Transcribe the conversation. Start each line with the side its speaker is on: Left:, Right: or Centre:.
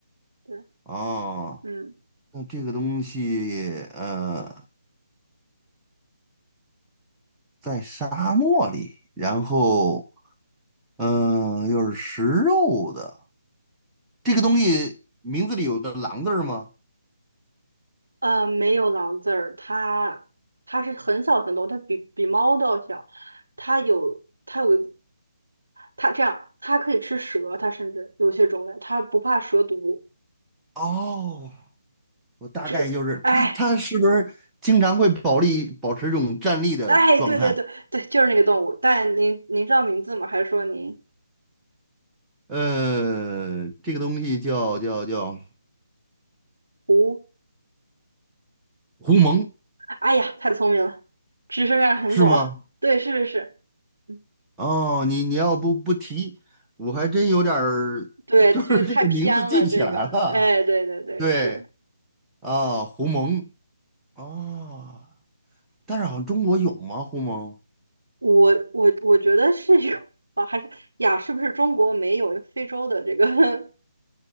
Right: 对。
Centre: 哦，
Right: 嗯，
Centre: 那这个东西呃，在沙漠里，然后。嗯，又是食肉的，这个东西名字里有个狼字儿吗？
Right: 呃，没有狼字儿，它它是很小的很多，它比比猫都要小，它有它有个它这样，它可以吃蛇，它甚至有些种类它不怕蛇毒。
Centre: 哦，我大概就是它，
Right: 这，哎
Centre: 它是不是经常会保利保持这种站立的状态？
Right: 哎，对对对对，就是那个动物。但您您知道名字吗？还是说您
Centre: 呃，这个东西叫叫叫
Right: 胡？
Centre: 狐獴
Right: 哎呀，太聪明了，知识面儿很广。
Centre: 是吗？
Right: 对，是是是，嗯
Centre: 哦，你你要不不提，我还真有点儿，
Right: 对，
Centre: 就是这个名字记不起来了。
Right: 这个太偏了，这个，哎，对对对，
Centre: 对
Right: 是。
Centre: 啊，狐獴啊，但是好像中国有吗？狐獴？
Right: 我我我觉得是有吧，啊还是呀？是不是中国没有非洲的这个？